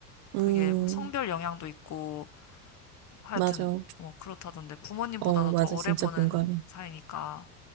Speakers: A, on the right (about 50°); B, on the left (about 35°).
A: 음,
B: 그게 뭐 성별 영향도 있고 하여튼
A: 맞아.
B: 뭐 그렇다던데 부모님보다도
A: 어, 맞아.
B: 더 오래
A: 진짜
B: 보는
A: 공감해.
B: 사이니까